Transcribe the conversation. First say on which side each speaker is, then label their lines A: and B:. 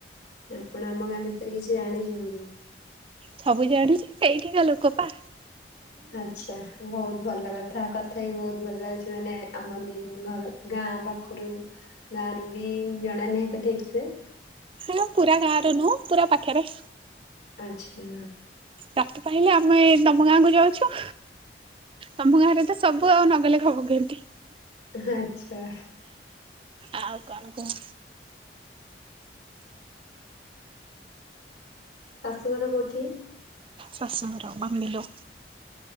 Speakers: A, on the left; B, on the right.
A: ଆପଣ ଆମ ଗାଁ ବିଷୟରେ କିଛି ଜାଣିଛନ୍ତି?
B: ସବୁ ଜାଣିଚି ସେଇଠିିକା ଲୋକପା।
A: ଆଚ୍ଛା ବହୁତ୍ ଭଲ କଥା କଥାବି ବହୁତ୍ ଭଲ ଲାଗୁଚି ମାନେ ଆମ ଘର ଗାଁ ପାଖରୁ ଗାଁରବି ଜଣ ନାହିଁତ ଠିକିସେ।
B: ମୁଁ ପୁରା ଗାଁରେ ନୁହଁ ପୁରା ପାଖରେ।
A: ଆଚ୍ଛା।
B: ରାତି ପାହିଲେ ଆମେ ତମ ଗାଁକୁ ଯାଉଛୁ। ତମ ଗାଁରେତ ସବୁ ଆଉ ନଗଲେ ଖବ କେମିତି‌
A: ଆଚ୍ଛା।
B: ଆଉ କଣ କୁହ?
A: ଶାଶୁଘର କୋଉଠି?
B: ଶାଶୁଘର ବାମ୍ବିଲ।